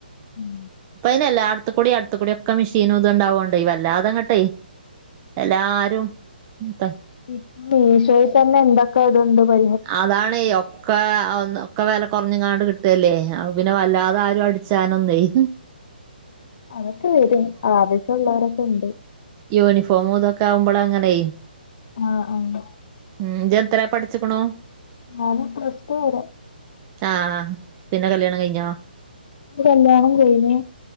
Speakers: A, on the left; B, on the right.
A: ഉം
B: ഇപ്പ അതിനെല്ല അടുത്തുകൂടി അടുത്ത കൂടി ഒക്കെ മെഷീൻ ഇത് ഇണ്ടാവുകോണ്ടേ വല്ലാ അതങ്ങട്ടെ എല്ലാരും ത
A: ഇപ്പ മീഷോയിൽ തന്നെ എന്തൊക്കെ ഇതുണ്ട് പ
B: അതാണേ ഒക്കെ ഒക്കെ വില കുറഞ്ഞ ഇങ്ങാണ്ട് കിട്ടുവല്ലേ പിന്നെ വല്ലാതെ ആരും അട് ച്ചാനൊന്നുംയി
A: അതൊക്കെ വരും ആവശ്യമുള്ളവരൊക്കെ ഉണ്ട്
B: യൂണിഫോം ഇതൊക്കെ ആകുമ്പോൾ അങ്ങനെ
A: ആഹ് ആഹ്
B: ഉം, ജ് ത്രെ പഠിച്ചിക്ണു.
A: ഞാനും പ്ളസ്ടു വരെ.
B: ആഹ പിന്നെ കല്യാണം കഴിഞ്ഞോ
A: കല്യാണം കഴിഞ്.